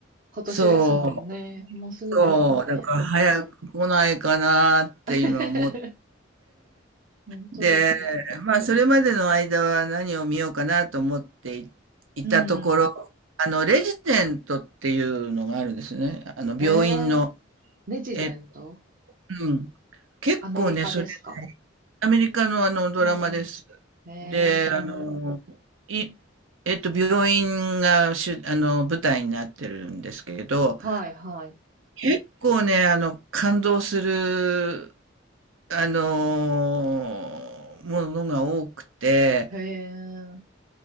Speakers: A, on the right; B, on the right.
A: 今年ですもんね。
B: そう、
A: もうすぐですかね。
B: そう、だから早く来ないかなって今思って、
A: <laughs> 本当ですよ。
B: で、まあ、それまでの間は何を見ようかなと思ってい、いたところ、
A: うん。
B: あの、レジデントっていうのがあるんですね。あの、
A: えー
B: 病院の。
A: レジデント
B: え、うん。結構ね、
A: アメリカですか
B: それ、アメリカのあのドラマです。
A: うん。えー知らない。
B: で、あの、い、えっと、病院が主、あの、舞台になってるんですけど、
A: はい、はい。
B: 結構ね、あの、感動する、あの、ものが多くて、
A: えええ